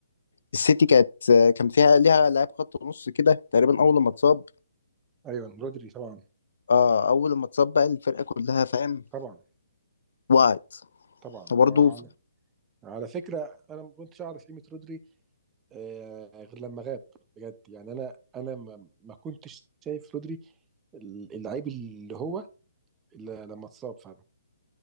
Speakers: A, on the left (about 70°); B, on the right (about 15°).
A: السيتي كانت كان فيها ليها لاعب خط نص كده تقريبا اول ما اتصاب
B: ايوه رودري طبعا
A: اه اول ما اتصاب بقى الفرقة كلها فاهم
B: طبعا
A: وقعت
B: طبعا ما
A: وبرضه
B: هو على على فكرة انا ما كنتش اعرف قيمة رودري آه، غير لما غاب بجد يعني انا انا ما ما كنتش شايف رودري اللعيب اللي هو إلا لما اتصاب فعلا